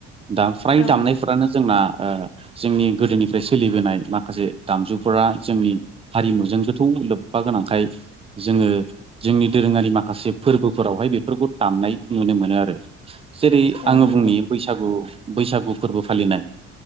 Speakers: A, on the right; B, on the left.
A: दा फ्राय
B: औ
A: दामनायफ्रानो जोंना ओ जोंनि गोदोनिफ्राय सोलिबोनाय माखासे दामजुफोरा जोंनि हारिमुजों गोथौ लोब्बा बा गोनांखाय। जोङो जोंनि दोरोङारि माखासे फोरबोफोरावहाय बेफोरखौ दामनाय नुनो मोनो आरो। जेरै
B: औ
A: आङो
B: नंगौ
A: बुंनि बैसागु बैसागु फोरबो फालिनाय।